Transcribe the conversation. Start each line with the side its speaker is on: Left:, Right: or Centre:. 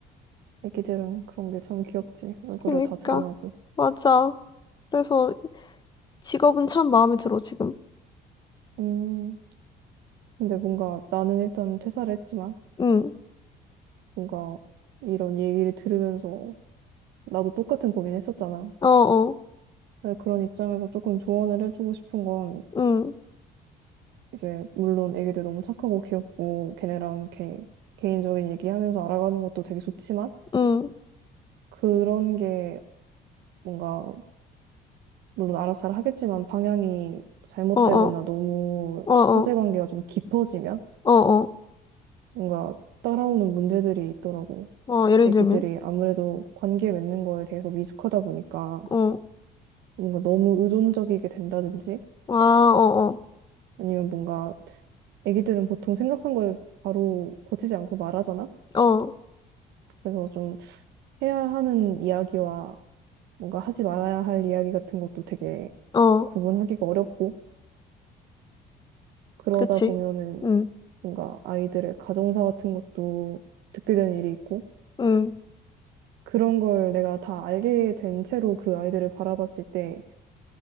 Right: 애기들은 그런 게 참 귀엽지. 얼굴에
Left: 그니까.
Right: 다 드러나고.
Left: 맞아. 그래서 직업은 참 마음에 들어, 지금.
Right: 음, 근데 뭔가 나는 일단 퇴사를 했지만,
Left: 응.
Right: 뭔가 이런 얘기를 들으면서 나도 똑같은 고민했었잖아.
Left: 어어.
Right: 그런 입장에서 조금 조언을 해주고 싶은 건
Left: 응.
Right: 이제 물론 애기들 너무 착하고 귀엽고 걔네랑 이렇게 개인적인 얘기하면서 알아가는 것도 되게 좋지만
Left: 응,
Right: 그런 게 뭔가 물론 알아서 잘 하겠지만 방향이 잘못되거나
Left: 어, 어,
Right: 너무
Left: 어, 어,
Right: 사실관계가 좀 깊어지면
Left: 어, 어,
Right: 뭔가 따라오는 문제들이 있더라고.
Left: 어, 예를
Right: 애기들이
Left: 들면,
Right: 아무래도 관계 맺는 거에 대해서 미숙하다 보니까
Left: 어,
Right: 뭔가 너무 의존적이게 된다든지
Left: 아, 어,
Right: 아니면 뭔가 애기들은 보통 생각한 걸 바로 거치지 않고 말하잖아.
Left: 어,
Right: 그래서 해야 하는 이야기와 뭔가 하지 말아야 할 이야기 같은 것도 되게
Left: 어, 어,
Right: 구분하기가 어렵고 그러다
Left: 그치.
Right: 보면은
Left: 응,
Right: 뭔가 아이들의 가정사 같은 것도 듣게 되는 일이 있고
Left: 응,
Right: 그런 걸 내가 다 알게 된 채로 그 아이들을 바라봤을 때